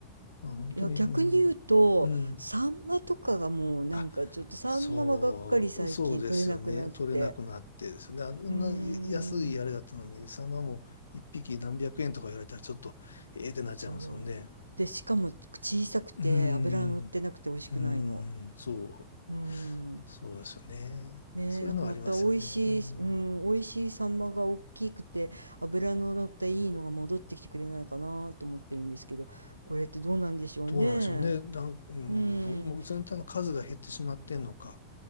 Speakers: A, on the left (about 75°); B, on the right (about 80°).
A: あ、本当に、
B: いや、逆に言うと、
A: うん。うん。
B: サンマとかがもうなんかちょっとサンマはがっかり最近取れなくなって。
A: あそう、そうですよね。取れなくなってですよね。あんな安いあれだったのに、
B: うーん。
A: サンマも一匹何百円とか言われたらちょっと、ええってなっちゃいますもんね。
B: そう。で、しかも小さくて脂が乗ってなくて美味しくないの。
A: うーん、うーん、そう、
B: うん。
A: そうですよね。
B: ねえ、
A: そういうのはありますよね。
B: なんかまた美味しい、
A: うん
B: うん、美味しいサンマが大きくて脂の乗ったいいのが戻ってきてくれないかなと思ってるんですけど、これってどうなんでしょうね。
A: どうなんでしょうね。なん、うん、
B: うん、
A: どう、もう全体の数が減ってしまってんのか、